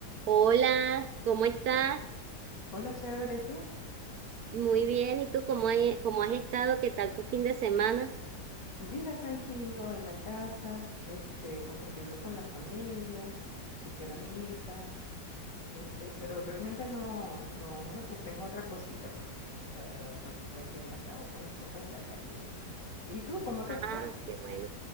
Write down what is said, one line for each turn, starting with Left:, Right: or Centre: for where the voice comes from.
Right: Hola, ¿cómo estás?
Left: O- Hola, chévere, ¿y tú?
Right: Muy bien, ¿y tú cómo, hay- cómo has estado? ¿Qué tal tu fin de semana?
Left: Mira, tranquilo, en la casa, este, compartiendo con la familia, y fui a la misa, este, pero realmente no, no me ocupé en otra cosita, pues. O sea, me ocupé aquí en la casa, en las cosas de la casa y eso. ¿Y tú, cómo
Right: Ah,
Left: te fue?
Right: qué bueno.